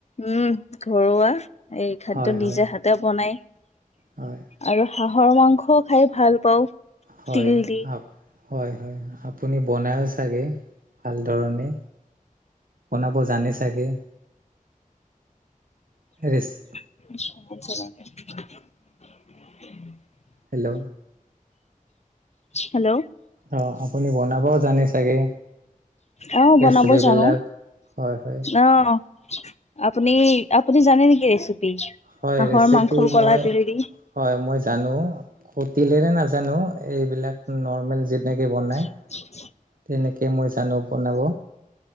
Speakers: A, on the left; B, on the right.
A: উম ঘৰুৱা এই খাদ্য
B: হয়
A: নিজে
B: হয়
A: হাতে বনাই।
B: হয়।
A: আৰু হাঁহৰ মাংসও খাই ভাল পাওঁ।
B: হয়
A: তিল দি।
B: আপ হয় হয় আপুনি বনাইও চাগে ভাল ধৰণে। বনাব জানে চাগে। <unintelligible>
A: <unintelligible>
B: হেল্ল'।
A: হেল্ল'।
B: অ আপুনি বনাব জানে চাগে।
A: অহ
B: ৰেচিপিবিলাক
A: বনাব জানো
B: হয় হয়
A: অহ। আপুনি আপুনি জানে নেকি। <unintelligible>
B: হয়
A: হাঁহৰ
B: ৰেচিপি
A: মাংস কলা
B: মই
A: তেৰি দি।
B: হয় মই জানো খটিলেৰে নাজানো এইবিলাক নৰ্মেল যেনেকৈ বনায়।
A: <unintelligible>
B: তেনেকৈ মই জানো বনাব।